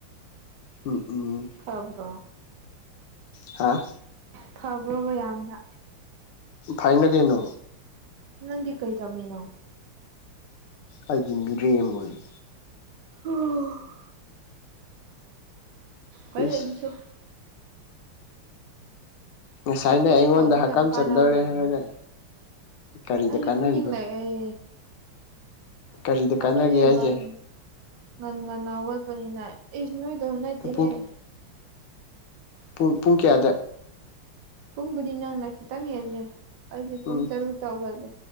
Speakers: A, on the left; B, on the right.
A: ꯎꯝ ꯎꯝ
B: ꯈꯕ꯭ꯔꯣ
A: ꯍꯥꯥ
B: ꯐꯕ꯭ꯔꯕ ꯌꯥꯝꯅ
A: ꯐꯥꯏꯅꯒꯩꯅꯣ
B: ꯅꯪꯗꯤ ꯀꯩ ꯇꯝꯃꯤꯅꯣ
A: ꯑꯩꯗꯤ ꯃꯤꯔꯦꯝ ꯑꯣꯏꯔꯤ
B: <unintelligible> ꯍꯣꯔꯦꯟ
A: ꯏꯁ
B: ꯑꯗꯨꯝ‌ ꯁꯨ
A: ꯉꯁꯥꯏꯅ
B: ꯃꯤꯔꯦꯝ
A: ꯑꯩꯉꯣꯟꯗ
B: ꯑꯣꯏꯕꯁꯦ
A: ꯍꯀꯝ
B: ꯌꯥꯝ ꯀꯥꯅꯥꯕ
A: ꯆꯟꯗꯧꯔꯦ
B: ꯂꯩꯕꯅꯤꯗ
A: ꯍꯥꯏꯔꯒ ꯀꯔꯤꯗ
B: ꯑꯩꯁꯨ
A: ꯀꯥꯟꯅꯔꯤꯕ
B: ꯇꯨꯝꯅꯤꯡꯅ ꯑꯦ
A: ꯀꯔꯤꯗ
B: ꯑꯩꯈꯣꯏꯗꯤ
A: ꯀꯥꯟꯅꯒꯦ ꯍꯥꯏꯁꯦ
B: ꯉꯟ ꯉꯟ ꯉꯟꯅ ꯍꯥꯎꯒꯠꯄꯅꯤꯅ ꯏꯁ ꯅꯣꯏꯗꯧ ꯅꯠꯇꯦꯍꯦ
A: ꯄꯨꯡ ꯄꯨꯡ ꯄꯨꯡ ꯀꯌꯥꯗ
B: ꯄꯨꯡꯕꯨꯗꯤ ꯅꯪꯅ ꯈꯤꯇꯪ ꯍꯦꯜꯂꯦ ꯑꯩꯗꯤ ꯄꯨꯡ
A: ꯎꯝ
B: ꯇꯔꯨꯛ ꯇꯧꯒꯜꯂꯦ